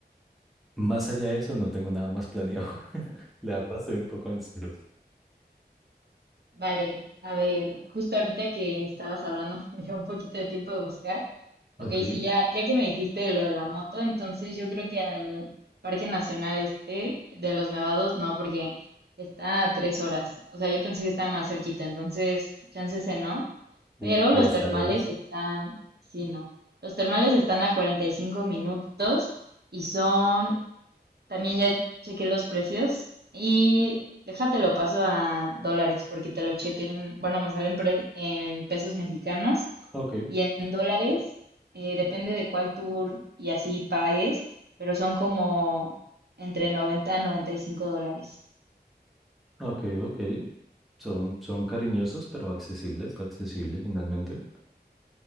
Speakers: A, in the centre; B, on the right.
A: Más allá de eso, no tengo nada más planeado. <laughs> La verdad, estoy un poco en cero.
B: Vale, a ver, justo ahorita que estabas hablando <laughs> me dio un poquito de tiempo de buscar. Ok,
A: Ok.
B: sí, ya, ya que me dijiste lo de la moto, entonces yo creo que al Parque Nacional este de los Nevados no, porque está a tres horas. O sea, yo pensé que estaba más cerquita, entonces chance ese no.
A: Uf,
B: Pero
A: sí,
B: los
A: está
B: termales
A: lejos.
B: están, sí, no. Los termales están a 45 minutos y son también ya chequé los precios y déjate lo paso a dólares porque te lo chequen, bueno, me salen pre- en pesos mexicanos
A: Ok,
B: y en dólares, eh, depende de cuál tour y así pagues, pero son como entre 90 a 95 dólares.
A: ok, ok. Son, son cariñosos, pero accesibles, accesibles finalmente.